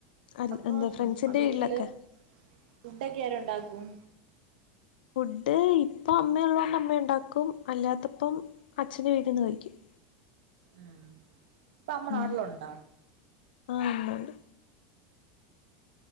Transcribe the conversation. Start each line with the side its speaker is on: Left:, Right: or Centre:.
Left: അല്ല്
Right: അപ്പം
Left: എന്താ ഫ്രണ്ട്സിന്റെ
Right: വീട്ടില്
Left: വീട്ടിലൊക്കെ
Right: ഫുഡൊക്കെ ആര് ഉണ്ടാക്കും?
Left: ഫുഡ് ഇപ്പം അമ്മ ഉള്ളത് കൊണ്ട് അമ്മ ഉണ്ടാക്കും, അല്ലാത്തപ്പം അച്ഛൻ്റെ വീട്ടിൽന്ന് കഴിക്കും
Right: ആഹ് ഇപ്പ അമ്മ
Left: ഉം
Right: നാട്ടിലുണ്ടാ
Left: ആഹ് ഉണ്ട് ഉണ്ട്